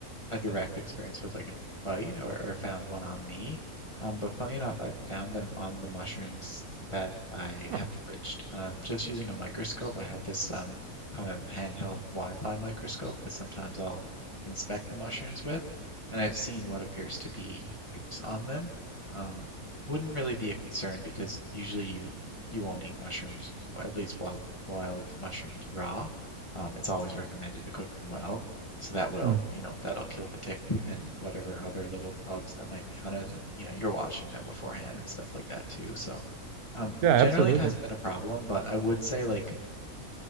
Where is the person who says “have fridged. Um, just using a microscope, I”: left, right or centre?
Left